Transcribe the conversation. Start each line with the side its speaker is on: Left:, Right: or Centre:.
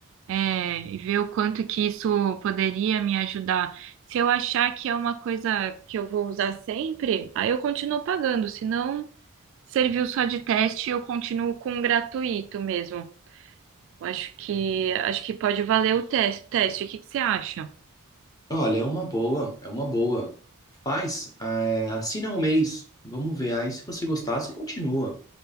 Right: é, e ver o quanto que isso poderia me ajudar. Se eu achar que é uma coisa que eu vou usar sempre, aí eu continuo pagando, se não serviu só de teste, eu continuo com o gratuito mesmo. Eu acho que, acho que pode valer o teste, teste, o que que você acha?
Left: Olha, é uma boa, é uma boa. Faz, é, assina um mês, vamos ver. Aí, se você gostar, você continua.